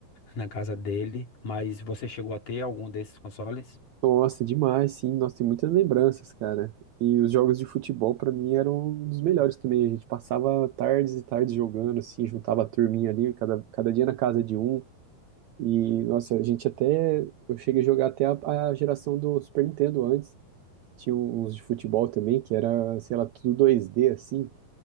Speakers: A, on the left; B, on the right.
A: na casa dele. Mas você chegou a ter algum desses consoles?
B: Nossa, demais, sim. Nossa, tem muitas lembranças, cara. E os jogos de futebol, pra mim, eram um dos melhores também. A gente passava tardes e tardes jogando, assim, juntava a turminha ali, cada, cada dia na casa de um. E, nossa, a gente até. Eu cheguei a jogar até a, a geração do Super Nintendo antes, que tinha uns de futebol também, que era, sei lá, tudo 2D, assim.